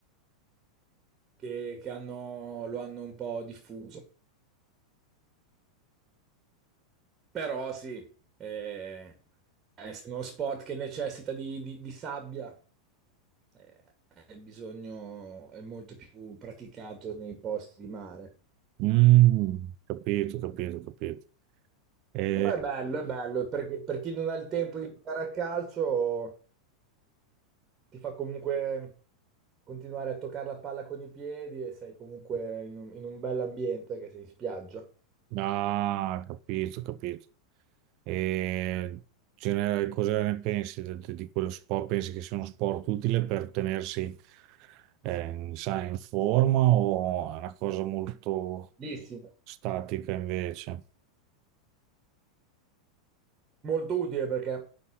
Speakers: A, on the right; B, on the right.
A: che, che hanno- lo hanno un po' diffuso. Però sì, eh, essendo uno sport che necessita di, di- di sabbia, eh, è bisogno, è molto più praticato nei posti di mare.
B: Mm, capito, capito, capito. Eh,
A: Però è bello, è bello, perché per chi non ha il tempo di giocare a calcio, ti fa comunque continuare a toccare la palla con i piedi e sei comunque in un, in un bell'ambiente che sei in spiaggia.
B: ah, capito, capito. E ce ne- cosa ne pensi de- de- di, quello sport? Pensi che sia uno sport utile per tenersi eh, sai, in forma o è una cosa molto
A: Bellissimo.
B: statica invece?
A: Molto utile perché